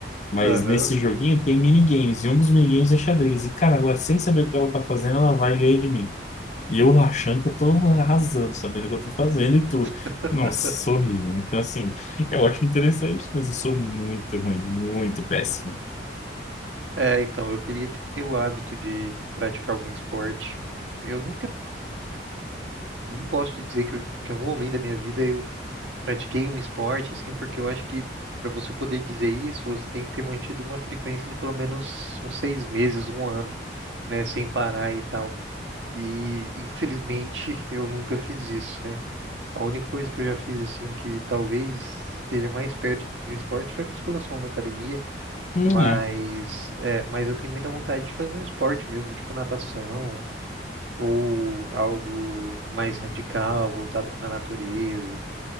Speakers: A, on the left; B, on the right.
A: Mas
B: Aham.
A: nesse joguinho tem minigames, e um dos minigames é xadrez. E, cara, ela sem saber o que ela tá fazendo, ela vai e ganha de mim. E eu lá achando que eu tô arrasando, sabendo o que eu tô fazendo e tudo.
B: <laughs>
A: Nossa, sou horrível. Então, assim, eu acho interessante, mas eu sou muito ruim, muito péssimo.
B: É, então, eu queria ter o hábito de praticar algum esporte. Eu nunca, não posso te dizer que, eu- que em algum momento da minha vida eu pratiquei um esporte, assim, porque eu acho que para você poder dizer isso, você tem que ter mantido uma frequência de pelo menos uns seis meses, um ano, né, sem parar e tal. E, infelizmente, <laughs> eu nunca fiz isso, né? A única coisa que eu já fiz assim que talvez seja mais perto de um esporte foi musculação na academia,
A: Não
B: mas
A: é.
B: é, mas eu tenho muita vontade de fazer um esporte mesmo, tipo natação ou algo mais radical, voltado para a natureza.